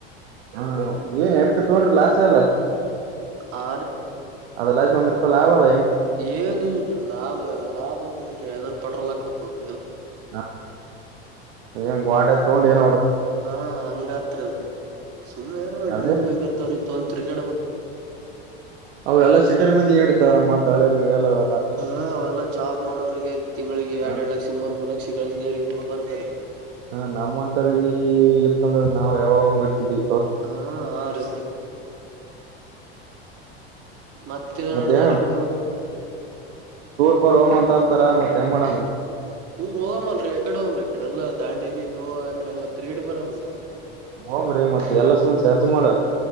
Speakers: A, on the right; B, on the right.
A: ಹ ಏನ್ ಎಂಟು ತೋಡ್ರಿ ಲಾಸ್ ಅಲ್ಲ
B: ಆ
A: ಅದೆಲ್ಲಚು ಒಂದ್ರಪ ಲಾಭವಾಲ
B: ಏನಲ್ರೀ ಲಾಭ ಲಾಭ ಅಂಬುದಲ್ರಿ ಯಾವದಾರರು ಪಟ್ರೋಲ್ ಹಾಕ್ಬೇಕು ಹೋಗ
A: ಹ ಹ ಏನ್ ಗ್ವಾಡ ತಗೊಂಡು ಏನ
B: ಹಾ ಹಂಗತ್ರದ ಸುಮ್ಮ್ನೆ ಏನು
A: ಅದೇ
B: ಡ್ರೀಮ್ ಬೈಕ್ ಇರ್ತವ್ರ ಇತ್ತು ಒಂದ ತಿರಿಗೇಡಬೇಕು
A: ಅವ ಎಲ್ಲ ಸಿಟಿರ್ ಮಂದಿ ನಡಿದ್ದ ನಮ್ಮಂತ ಹಳಿಯಲ್ಲಲ್ಲ
B: ಹ ಅವಲ್ಲಾ ಜಾಬ್ ಮಾಡೋರರಿಗೆ ತಿಂಗಳಳಿಗೆ ಎರಡ್
A: ಹಾ
B: ಎರಡು ಲಕ್ಷ ಮೂರ್ ಮೂರು ಲಕ್ಷ ಪಕ್ಷಿ ಕಳಸಿದರಿಗೆ ಬರ್ತಾರೆ
A: ಹ ನಮ್ಮ ಒಂತವರಿಗ ಇತ್ತಂದ್ರ ನಾವವು ಯಾವ ಮಡ್ತಿದ್ವಿ
B: ಹಾ ಹ ರ ಮತ್ತಿನನ
A: ಮತ್ತೆ ಏನ್
B: ಅನಮ್ಮ
A: ಪ್ಪರ್ ಹೋಮ ಅಂತ ಅಂತಾರ ಮತ್ತೆ ಮರ್
B: ಟೂರ್ ಹೋಗಮಲ್ರಿ ಯಕಡೆ ಹೋಗಮ್ರಿ ಈ ಕಡೆ ಎಲ್ಲಾ ದಾಂಡೇಲಿ ಗೋವಾ ಇಕಡೆಲ್ಲ ತೀರಗಡೆ ಬರದು
A: ಹೋಮ್ರಿ ಮತ್ತೆ ಎಲ್ಲ ಸುಮ್ಮನೆ ಸಜ್ಜ ಮಾಡ